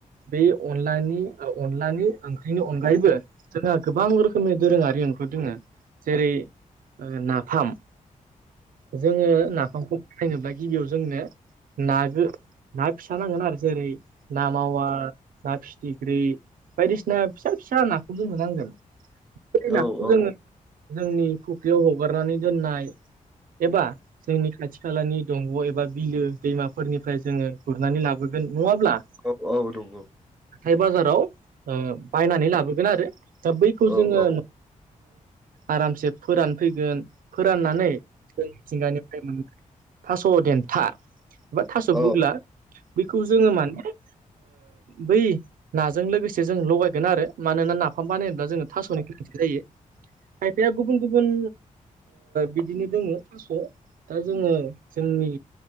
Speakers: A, on the right; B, in the centre.
A: बै अनलानि अनलानि ओंख्रिनि अनगायैबो जोंहा गोबां रोखोम रोखोमनि दोरोङारि ओंख्रिफोर दोङो जेरै नाफाम जोङो नाफामखौ जेनेबा गिबियाव जोंनो ना गो ना फिसा नांगोन आरो जेरै ना मावा ना फिथिख्रि बायदिसिना फिसा फिसा नाखौ खौ जोंनो नांगोन
B: औ
A: नाखौ
B: औ औ
A: जोङो जोंनि फुख्रियाव हगारनानै दोननाय एबा जोंनि खाथि खालानि दंग' एबा बिलो दैमाफोरनिफ्राय जोङो गुरनानै लाबोगोन नङाब्ला
B: औ औ नंगौ
A: हाथाय बाजाराव बायनानै लाबोगोन आरो दा बैखौ
B: औ
A: जोङो
B: औ
A: आरामसे फोरानफैगोन फोराननानै मिथिंगानि थास' देन्था एबा थास'
B: औ
A: बुग्ला बेखौ जोङो माने बै नाजों लोगोसे जों लगायगोन आरो मानोना नाफाम बानाय दा जों थास'नि गोनांथि जायो खायफाया गुबुन गुबुन बिदिनो दोङो थास' दा जोङो जोंनि